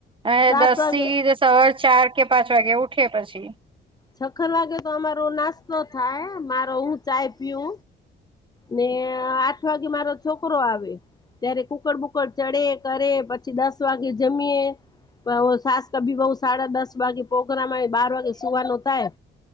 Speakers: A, on the right; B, on the left.
A: અને
B: સાત
A: દસ
B: વાગે
A: થી. સ ચાર કે પાંચ વાગે ઉઠે પછી
B: છખન વાગે તો અમારો નાસ્તો થાય મારો હું ચાય પીઉ ને આઠ વાગે મારો છોકરો આવે ત્યારે કુકડ બુકડ ચડે કરે પછી દસ વાગે જમીએ સાસ કભી બઉ સાડા દસ વાગે પોગરામ આવ બાર વાગે સુવાનું થાય.